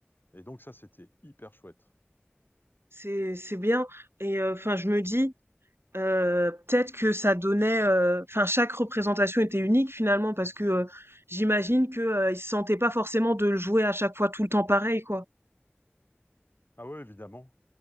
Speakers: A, on the left; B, on the right.
A: Et donc ça, c'était hyper chouette.
B: C'est, c'est bien. Et euh, enfin, je me dis, Heu, peut-être que ça donnait, heu, enfin chaque représentation était unique finalement parce que, heu, j'imagine que, heu, ils se sentaient pas forcément de le jouer à chaque fois tout le temps pareil, quoi.
A: Ah ouais, évidemment.